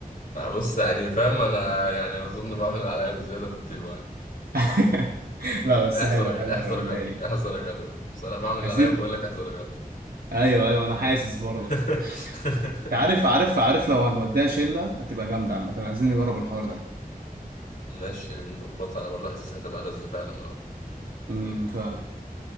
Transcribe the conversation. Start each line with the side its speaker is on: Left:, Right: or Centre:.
Left: بص يعني فاهم انا يعني اظن بعمل اللي عليا بزيادة في الطيبة
Right: <laughs> لا بس
Left: احذر
Right: حلو حلو
Left: احذر
Right: الرونداني
Left: غدر
Right: دي
Left: احذر غدر بس انا بعمل اللي
Right: عايزين
Left: عليا بقول لك احذر غدر
Right: ايوه ايوه انا حاسس برضه
Left: <laughs>
Right: انت عارف عارف عارف لو هنوديها شله هتبقى جامده عامه عايزين نجرب الحوار ده
Left: ماشي نظبطها انا برضه حاسسها هتبقى لذة فعلا اه
Right: امم فعلا